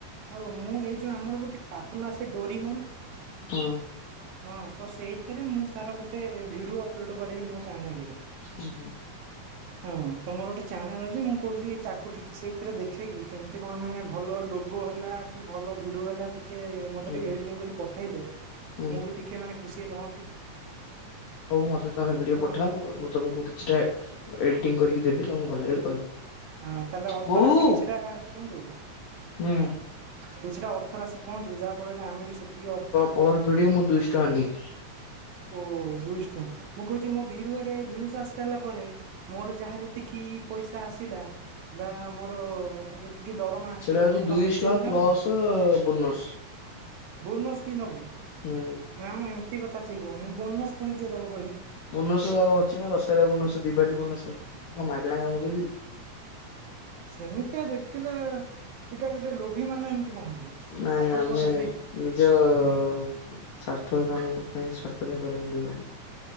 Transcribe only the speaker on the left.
ହଁ,
ହୁଁ, ହୁଁ।
ହୁଁ
ହୁଁ
ହଉ ମୋତେ ତୁମେ ଭିଡ଼ିଓ
ପଠାଅ ମୁଁ ତୁମକୁ କିଛିଟା ଏଡ଼ିଟିଂ କରିକି ଦେବି ତମକୁ ଭଲ ଲାଗିଲେ କହିବ।
ବୋଉ
ହୁଁ।
ପଅର୍ ଭିଡ଼ିଓ ମୁଁ ଦୁଇଶହ ଟଙ୍କା ନିଏ।
ସେଇଟା ହଉଛି
ଦୁଇଶହ
ଟଙ୍କା
Plus
bonus.
ହୁଁ,
ବୋନସ ଆଉ ଅଛି ନା ଦଶହରା ବୋନସ, ଦିିବାଲି ବୋନସ କଣ ମାଗଣା କାମ କରିଦେବି।
ନାଇଁ
ଆମେ
ନିଜ ସ୍ୱାର୍ଥ କାମ ପାଇଁ ସ୍ୱାର୍ଥ ପାଇଁ କରିବାକୁ ପଡ଼ିବ।